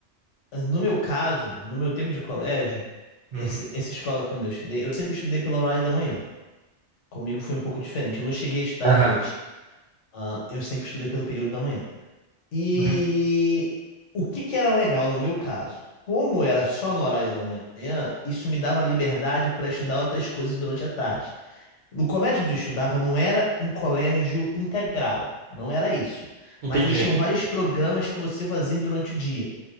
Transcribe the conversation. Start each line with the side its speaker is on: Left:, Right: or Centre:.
Left: no meu caso, no meu tempo de colégio,
Right: Uhum.
Left: esse- essa escola quando eu estudei, eu sempre estudei pelo horário da manhã. Comigo foi um pouco diferente. Eu não cheguei a estudar
Right: Aham.
Left: à noite. Ah, eu sempre estudei pelo período da manhã. E
Right: Uhum.
Left: o que que era legal no meu caso? Como era só no horário da manhã, isso me dava liberdade para estudar outras coisas durante a tarde. No colégio onde eu estudava não era um colégio integral, não era isso.
Right: Entendi.
Left: Mas existiam vários programas para você fazer durante o dia